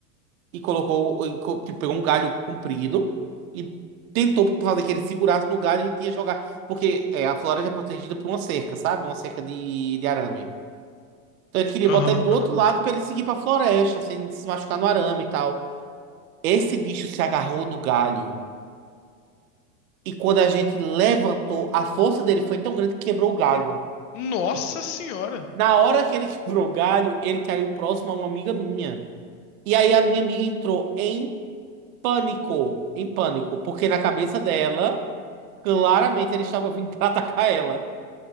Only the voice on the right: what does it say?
e colocou, e co- tipo, pegou um galho comprido e tentou fazer que ele segurasse no galho e a gente ia jogar. Porque é, a floresta é protegida por uma cerca, sabe? Uma cerca de, de arame. Então a gente queria
botar ele do
outro lado pra ele seguir pra floresta, sem se machucar no arame e tal. Esse bicho se agarrou no galho. E quando a gente levantou, a força dele foi tão grande que quebrou o galho.
Na hora que ele <laughs> quebrou o galho, ele caiu próximo a uma amiga minha. E aí a minha amiga entrou em pânico, em pânico, porque na cabeça dela claramente ele estava vindo para atacar ela,